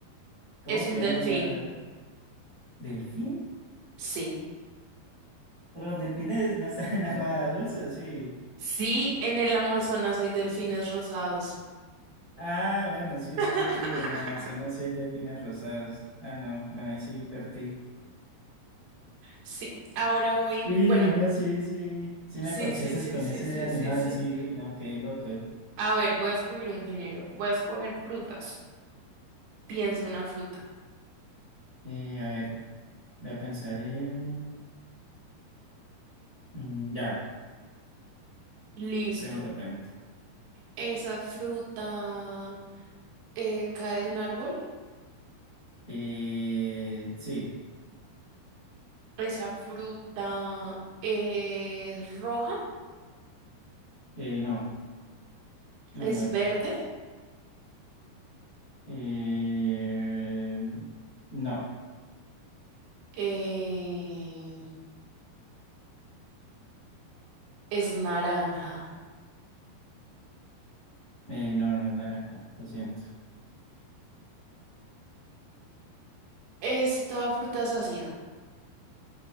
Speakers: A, on the left (about 60°); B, on the right (about 75°).
A: ¿Cómo
B: es
A: que
B: un delfín.
A: no, nada? ¿Delfín?
B: Sí.
A: Pero los delfines no están <laughs> en agua dulce, ¿o sí.
B: Sí, en el Amazonas hay delfines rosados.
A: Ah, bueno, sí, es
B: <laughs>
A: verdad que en el Amazonas sí hay delfines rosados. Ah, no, bueno, ahí sí perdí.
B: Sí. Ahora voy.
A: Uy,
B: Bueno,
A: no, sí, sí, sí
B: sí,
A: me corchaste
B: sí, sí,
A: con
B: sí,
A: ese
B: sí,
A: animal,
B: sí, sí.
A: sí, uy, no, qué loco.
B: A ver, voy a escoger un género. Voy a escoger frutas. Piensa una fruta.
A: Eh, a ver, voy a pensar en... mm, ya,
B: Listo.
A: pregunta, pregunta.
B: Esa fruta eh, cae de un árbol.
A: Eh, sí,
B: Esa fruta es roja,
A: eh, no, no,
B: es
A: no es
B: verde,
A: rojo. Eh, no,
B: eh, es naranja.
A: eh, no, no es naranja, lo siento.
B: Esta fruta es ácida.